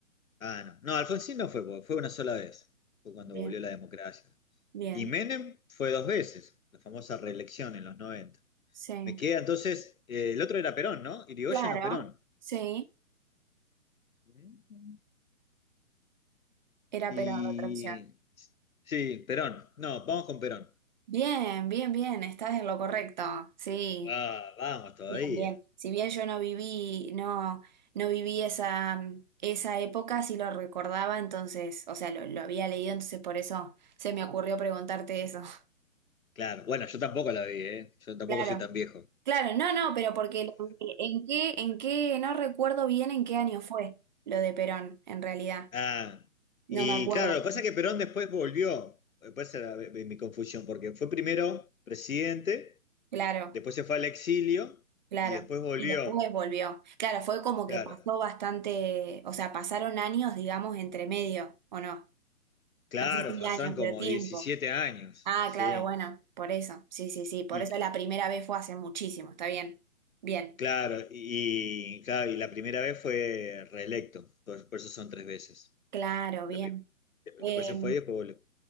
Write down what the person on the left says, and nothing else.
Ah, no. No, Alfonsín no fue, porque fue una sola vez. Fue cuando
volvió la democracia.
Y Menem fue dos veces, la famosa reelección en los 90.
Me queda entonces, eh, el otro era Perón, ¿no? Irigoyen
o Perón.
Mm.
Y...
Sí, Perón. No, vamos con Perón.
Ah, vamos todavía.
Claro, bueno, yo tampoco la vi, ¿eh? Yo tampoco
soy tan viejo.
Ah, y
claro, lo que pasa es que Perón después volvió, Después era mi mi confusión, porque fue primero presidente,
después se fue al exilio
y después volvió.
Claro,
claro,
pasaron
como
17 años,
¿sí?
Y
claro, y, claro, y la primera vez fue reelecto, por, por eso son tres veces.
La prim-
después se fue y después volvió.